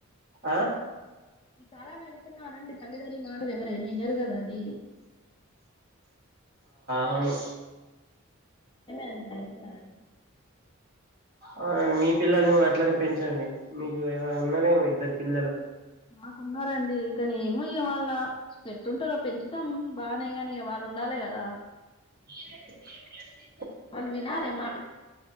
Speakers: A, on the right (about 50°); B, on the left (about 25°).
A: ఆ
B: ఈ కాలానా అతున్నా రండి తల్లిదలి మాటారు ఎవరైనా అయినరు కదా అీ
A: అను
B: అండి మరి వింటున్నారంటే
A: అవునండి మీ పిల్లల్ని కూడా అట్లనే పెంచండి మీకు ఎవరు ఉన్నారేమో ఇద్దరు పిల్లలు
B: మాకున్నారంండి కానీ ఏమోయ్య వాళ్ళ చెట్టుంటారో పెంచుతాం బాగానే కానీ వాళ్ళు ఉండాలి కదా
A: ఏ ఎ
B: మల్ వినా మా